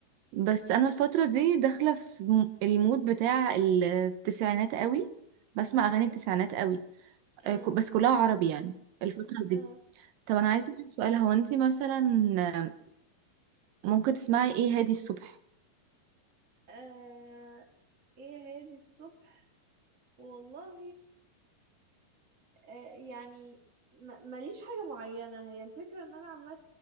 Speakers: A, on the right (about 70°); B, on the right (about 25°).
A: بس انا الفترة دي داخلة في م- المود بتاع التسعينات قوي بسمع اغاني
B: ايوه
A: التسعينات قوي
B: اه
A: آه، ك- بس كلها عربي يعني الفترة دي
B: اه,
A: طب انا عايزه اسالك سؤال هو انت مثلا ممكن تسمعي ايه هادي الصبح
B: آه. ايه هادي الصبح والله آه يعني ما- ماليش حاجة معينة هي الفكرة ان انا عامة